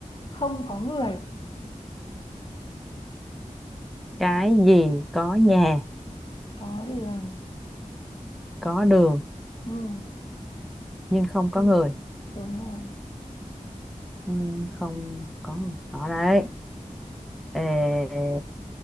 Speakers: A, on the left; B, in the centre.
A: không có người
B: Cái gì có nhà,
A: có đường
B: có đường
A: Ừm,
B: nhưng không có
A: nhưng-
B: người.
A: đúng rồi
B: Ừ, không có người. Đó đấy. Ê,